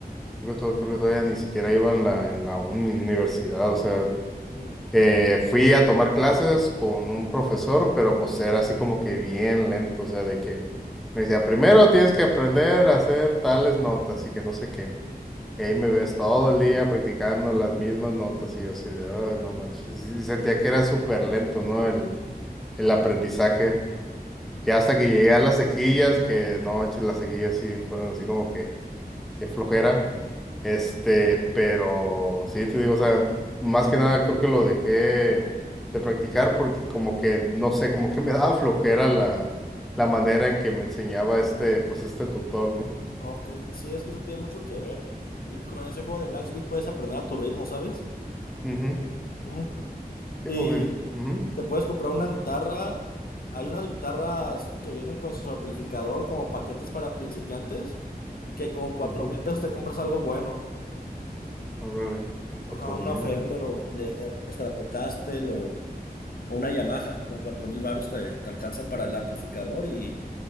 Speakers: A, in the centre; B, on the left.
A: creo que, to- creo que todavía ni siquiera iba en la, en la uni- universidad, o sea,
B: Ujú,
A: eh, fui a tomar clases con un profesor, pero pues era así como que bien lento, o sea, de que me decía, primero tienes que aprender a hacer tales notas y que no sé qué. Y ahí me ves
B: ujú,
A: todo el día practicando las mismas notas y yo así de, "Ay, no manches. Y y sentía que era súper lento, ¿no? El, el aprendizaje. Y hasta que llegué a las cejillas, que no manches, las cejillas sí fueron así como que, qué flojera.
B: ujú.
A: Este, pero sí, te digo, o sea, más que nada creo que lo dejé de practicar porque como que, no sé, como que me daba flojera la, la manera en que me enseñaba este, pues este tutor, ¿no?
B: Ok, sí, es que eso tiene mucho que ver. Y con ese juego de Blacksmith puedes aprender a tu ritmo, ¿sabes?
A: Ujú.
B: Ujú.
A: Sí,
B: Y
A: pues, mi- ujú.
B: te puedes comprar una guitarra. Hay unas guitarras que vienen con su amplificador como paquetes para principiantes, que con cuatro
A: Ujú.
B: mil pesos te compras algo bueno.
A: A ver, cuatro
B: Ajá, una
A: mil.
B: Fender o de, eh, Stratocaster o, o una Yamaha. Con cuatro mil varos te, te alcanza para el amplificador y,